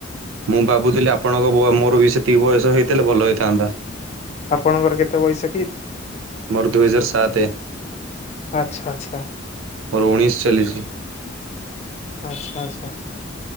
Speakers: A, on the right; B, on the left.
A: ମୁଁ ଭାବୁଥିଲି ଆପଣଙ୍କ ବ ମୋର ବି ସେତିିକି ବୟସ ହେଇଥିଲେ ଭଲ ହେଇଥାନ୍ତା।
B: ଆପଣଙ୍କର କେତେ ବୟସ କି?
A: ମୋର ଦୁଇ ହଜାର ସାତେ।
B: ଆଚ୍ଛା ଆଚ୍ଛା।
A: ମୋର ଉଣେଇଶ ଚାଲିଛି।
B: ଆଚ୍ଛା ଆଚ୍ଛା।